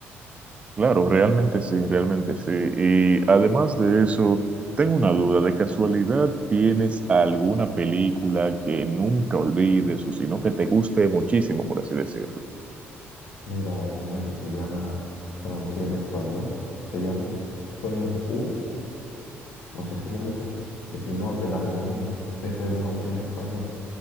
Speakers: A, on the right; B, on the left.
A: Claro, realmente sí, realmente sí. Y además de eso, tengo una duda, ¿de casualidad tienes alguna película que nunca olvides o sino que te guste muchísimo, por así decirlo?
B: Mira, hay una que se llama, traducida al español, se llama Sueños de Fuga. No sé si lo ubicas. Y si no, te la recomiendo. Ese es el nombre en español.